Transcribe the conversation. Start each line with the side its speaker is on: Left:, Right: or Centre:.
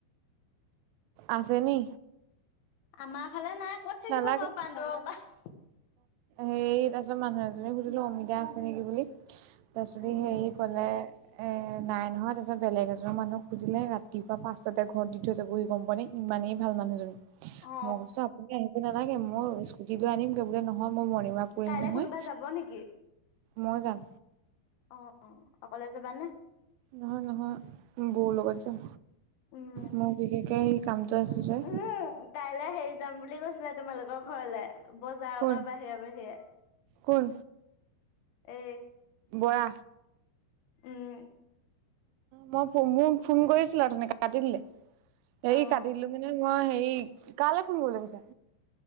Right: আছে নি।
Left: মাৰ ফালে নাই ক'ত থাকিব
Right: নালাগে
Left: বাৰু বান্দৰৰ পৰা
Right: হেৰি তাৰপিছত মানুহ এজনী সুধিলো অমিতা আছে নেকি বুলি। তাৰপছৰি
Left: উম
Right: হেৰি ক'লে এ নাই নহয় তাৰপিছত বেলেগ এজন মানুহক খুজিলে, ৰাতিপুৱা পাঁচটাতে ঘৰত দি থৈ যাবহি গম পায় নে। ইমানেই ভাল মানুহজনী
Left: অ
Right: মই কৈছো আপুনি আহিব নালাগে মই স্কুটি লৈ আনিম বোলে নহয়। মই মণিং ৱাৰ্ক কৰিম
Left: কাইলে
Right: নহয়,
Left: কোনোবা যাব নেকি
Right: মই যাম।
Left: অ', - অ' অকলে যাবানে?
Right: নহয়, নহয় বৌ লগত যাম।
Left: উম
Right: মোৰ বিশেষকে এই কাম এটো আছিলে।
Left: উম কাইলে হেৰি যাম বুলি কৈছিলে তোমালোকৰ ঘৰলে। বজাৰৰ
Right: কোন
Left: পৰা বাহিৰে বাহিৰে
Right: কোন
Left: এই
Right: বৰা।
Left: উম'।
Right: মই ফোন কৰিছিলো অথনি কাটি দিলে। হেৰি
Left: অ
Right: কাটি দিলো মানে মই হেৰি কালৈ ফোন কৰিলে কৈছা।